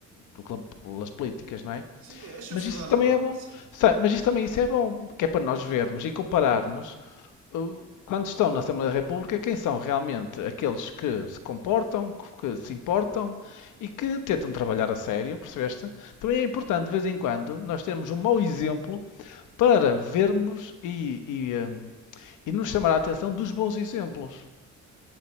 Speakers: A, on the left; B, on the right.
A: do que pelas políticas, não é?
B: Sim, é chafurdar
A: Mas isso também
B: na lama,
A: é bom.
B: sim.
A: Sa- Mas isso também isso é bom, que é para nós vermos e compararmos uh, quando estão na Assembleia da República, quem são realmente aqueles que se comportam, que, que se importam e que tentam trabalhar a sério, percebeste? Também é importante, de vez em quando, nós termos um mau exemplo para vermos e, e, um, e nos chamar a atenção dos bons exemplos.